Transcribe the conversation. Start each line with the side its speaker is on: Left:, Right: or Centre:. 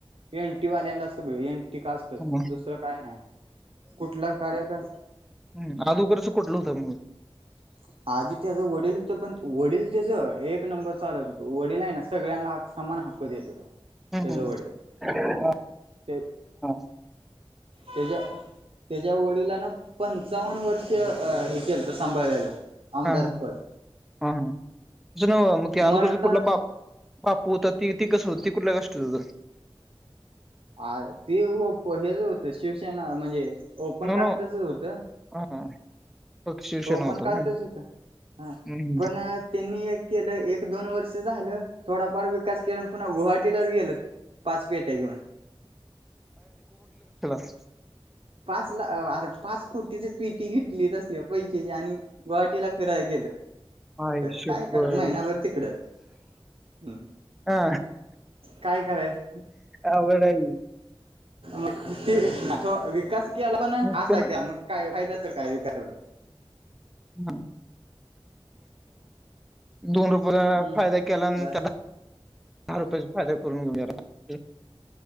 Right: एन. टी वाल्यांना सगळ एन टी कास्ट च असतच
Centre: हम्म.
Right: दुसरं काय नाही. कुठला कार्यका-
Centre: हम् आदोकरचं कुठलं होतं मग.
Right: रिकामा ऑडिओ आधी त्याच वडील होत. पण वडील त्याच एक नंबर चालत होत. वडील आहे ना सगळ्यांना समान- हाक्क देत होता.
Centre: हम्म..
Right: त्याच वडील
Centre: ह्म्म्म..
Right: ते
Centre: <unintelligible>
Right: त्याच्या- त्याच्या वडिलान पंचावन्न वर्ष हे केलत सांभाळलेलं. आमदारपद
Centre: हा हा हा तसं न्हवं म तें अदोगरच
Right: मरताना
Centre: कुठलं बाप. बापू होत ती ती कसं हो ती कुठलया काष्टच होत?
Right: अ ते हेच होत शिवसेना म्हणजे... ओपन
Centre: नो
Right: कास्टचच
Centre: नो
Right: होत
Centre: हा पक्ष शिवसेना
Right: ओपन
Centre: होता
Right: कास्टच
Centre: व्हय
Right: होत. हा
Centre: हम्म
Right: पण त्यांनी केलं एक दोन वर्ष झालं थोडाफार विकास केला पुन्हा गुवाहाटीला गेल पाच पेट्या घेऊन.
Centre: रिकामा ऑडिओ
Right: पाच ला अर पाच कोटीची पेटी घेतली तसले पैसेची आणि गुवाहाटीला फिरायला गेलं.
Centre: आई
Right: काय
Centre: शप्पथ
Right: करा महिना्याभर तिकडच हम्
Centre: हा
Right: काय करायच
Centre: अवघड आहे ही.
Right: मग कि विकास कि आला पण
Centre: मग
Right: असा
Centre: त्यान
Right: कि मग काय फायद्या काय वार
Centre: ह म दोन रुपये
Right: हम्म
Centre: फायदा केला आणि
Right: बर
Centre: त्या दहा रुपयाचा फायदा करून घेऊया